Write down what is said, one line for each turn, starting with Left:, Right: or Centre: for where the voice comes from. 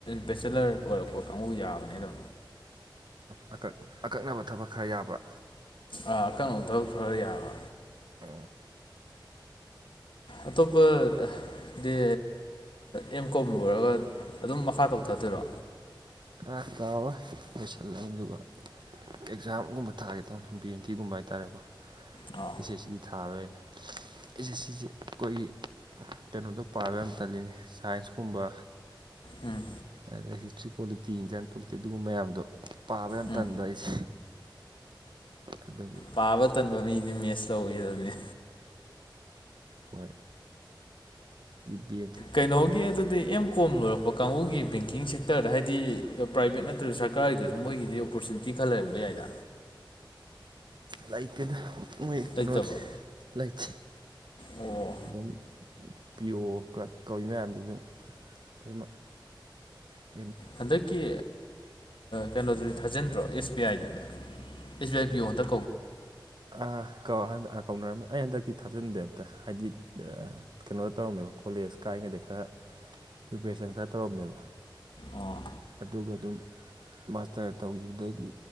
Left: ꯕꯦꯆꯦꯂꯔ ꯑꯣꯏꯔꯛꯄ ꯀꯥꯡꯕꯨ ꯌꯥꯕꯅꯦꯗ
Right: ꯑꯣꯀ ꯑꯀꯛꯅꯕ ꯊꯕꯛ ꯈꯔ ꯌꯥꯕ꯭ꯔꯥ
Left: ꯑꯥ ꯀꯩꯅꯣ ꯊꯕꯛꯊꯔ ꯌꯥꯕ
Right: ꯑ
Left: ꯑꯇꯣꯄ ꯗ ꯑꯦꯝ ꯀꯣꯝ ꯂꯣꯏꯔꯒ ꯑꯗꯨꯝ ꯃꯈꯥ ꯇꯧꯊꯠꯇꯣꯏꯔꯣ
Right: ꯑꯥ ꯆꯥꯎꯔꯣꯏ ꯂꯣꯏꯁꯤꯜꯂꯛꯏꯅꯤ ꯑꯗꯨꯒ ꯑꯦꯛꯖꯥꯝꯒꯨꯝꯕ ꯊꯥꯒꯦ ꯇꯧꯅꯤ ꯕꯦꯡꯀꯤꯒꯨꯝꯕ ꯍꯥꯏꯇꯥꯥꯔꯦꯀꯣ
Left: ꯑꯥ
Right: ꯑꯦꯁ ꯑꯦꯆ ꯁꯤꯗꯤ ꯊꯥ ꯊꯥꯔꯣꯏ ꯑꯣꯏꯅ ꯑꯦꯁꯦ ꯁꯤꯁꯦ ꯑꯩꯈꯣꯏꯒꯤ ꯀꯩꯅꯣꯗꯣ ꯄꯥꯕ ꯌꯥꯝ ꯇꯜꯂꯤꯅꯤ ꯁꯥꯏꯟꯁꯀꯨꯝꯕ
Left: ꯎꯝ
Right: ꯑꯗ ꯍꯤꯁꯇ꯭ꯔꯤ ꯄꯣꯂꯤꯇꯤ ꯏꯟꯗꯤꯌꯥꯟ ꯄꯣꯂꯤꯇꯤ ꯑꯗꯨꯒꯨꯝꯕ ꯃꯌꯥꯝꯗꯣ ꯄꯥꯕ ꯌꯥꯝ
Left: ꯎꯝ
Right: ꯇꯟꯕ ꯑꯩꯁꯦ ꯑꯗꯨꯒꯤ
Left: ꯄꯥꯕ ꯇꯟꯕ ꯃꯤꯗꯤ ꯃꯦꯁ ꯂꯧꯈꯤꯗꯕꯅꯦ
Right: ꯑꯣ ꯕꯤ
Left: ꯀꯩꯅꯣꯒꯤ ꯑꯗꯨꯗꯤ ꯑꯦꯝ ꯀꯣꯝ ꯂꯣꯏꯔꯛꯄ ꯀꯥꯡꯕꯨꯒꯤ ꯕꯦꯡꯀꯤꯡ ꯁꯦꯛꯇꯔꯗ ꯍꯥꯏꯗꯤ ꯄ꯭ꯔꯥꯏꯚꯦꯠ ꯅꯠꯇ꯭ꯔꯒ ꯁꯔꯀꯥꯔꯒꯤꯗꯁꯨ ꯃꯣꯏꯒꯤꯗꯤ ꯑꯣꯄꯣꯔꯆꯨꯅꯤꯇꯤ ꯈꯜ ꯂꯩꯔꯝꯕ ꯌꯥꯏꯗ
Right: ꯂꯩꯇꯦꯅ ꯃꯣꯏ ꯀꯩꯅꯣ
Left: ꯂꯩꯇꯕ꯭ꯔꯣ
Right: ꯂꯩꯇꯦ
Left: ꯑꯣ
Right: ꯑꯗꯨꯝ ꯄꯤꯌꯣ ꯀ꯭ꯂꯛ ꯀꯧꯏ ꯃꯌꯥꯝꯁꯤ ꯑꯗꯨꯝ ꯑꯩ <inaudible>
Left: ꯍꯟꯗꯛꯀꯤ ꯀꯩꯅꯣꯗꯨꯗꯤ ꯊꯥꯖꯤꯟꯗ꯭ꯔꯣ ꯑꯦꯁ ꯌꯥꯏꯗꯨꯗꯤ ꯑꯦꯁ ꯕꯤ ꯑꯥꯏ ꯄꯤ ꯌꯣ ꯍꯟꯗ
Right: ꯑꯥ ꯀꯧ ꯀꯧꯅꯔꯝꯃꯦ ꯑꯩ ꯍꯟꯗꯛꯇꯤ ꯊꯥꯖꯟꯗꯦꯕ ꯍꯥꯏꯗꯤ ꯀꯩꯅꯣꯗ ꯇꯧꯔꯝꯃꯦꯕ ꯀꯣꯂꯦꯖ ꯀꯥꯏꯔꯤꯉꯩꯗ ꯈꯥꯔ ꯄ꯭ꯔꯤꯄꯔꯦꯁꯟ ꯈꯔ ꯇꯧꯔꯝꯃꯦꯕ
Left: ꯑꯣ
Right: ꯑꯗꯨꯒ ꯑꯗꯨꯝ ꯃꯥꯁꯇꯔ ꯇꯧꯈꯤꯕꯗꯩꯗꯤ